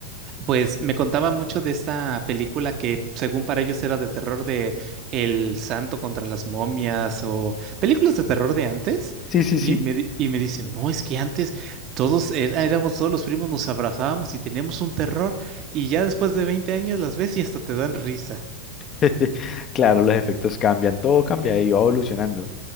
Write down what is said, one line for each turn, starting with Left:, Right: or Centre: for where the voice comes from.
Right: pues me contaba mucho de esta película que según para ellos era de terror de El Santo contra las momias o películas de terror de antes.
Left: Sí, sí, sí.
Right: Y me, di- y me dicen, no, es que antes todos era- éramos todos los primos, nos abrazábamos y teníamos un terror. Y ya después de 20 años las ves y hasta te dan risa.
Left: <laughs> Claro, los efectos cambian, todo cambia y va evolucionando.